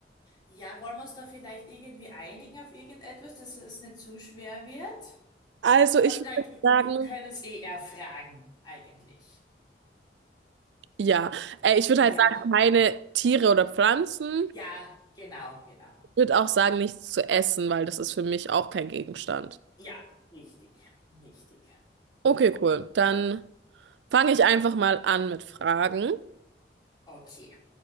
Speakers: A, on the left; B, on the right.
A: Ja, wollen wir uns da vielleicht irgendwie einigen auf irgendetwas, dass es nicht zu schwer wird?
B: Also,
A: Also,
B: ich
A: like,
B: würde
A: wir
B: sagen,
A: können es eh erfragen, eigentlich.
B: ja, äh, ich würde
A: Ja,
B: halt sagen, keine Tiere oder Pflanzen.
A: ja, genau, genau.
B: Ich würde auch sagen, nichts zu essen, weil das ist für mich auch kein Gegenstand.
A: Ja, richtig, richtig.
B: Okay, cool. Dann fange ich einfach mal an mit Fragen.
A: Okay.